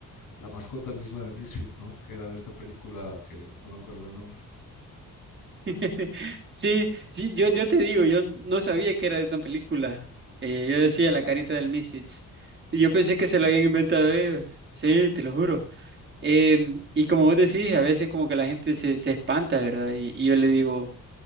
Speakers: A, on the left; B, on the right.
A: la mascota misma de Misfits, ¿no? Que era de esta película que no me acuerdo el nombre,
B: <laughs> Sí, sí, yo, yo te digo, yo no sabía que era de una película. Eh, yo decía la carita del Misfits. Y yo pensé que se lo habían inventado ellos. Sí, te lo juro. Em, y como vos decís, a veces como que la gente se, se espanta, ¿verdad? Y, y yo le digo,